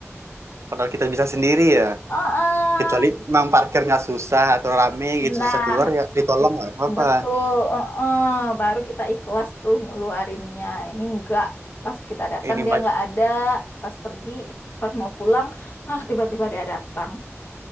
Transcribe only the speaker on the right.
Padahal kita bisa sendiri ya.
Kecuali memang parkirnya susah atau rame
gitu susah keluar ya ditolong nggak apa-apa.
Ini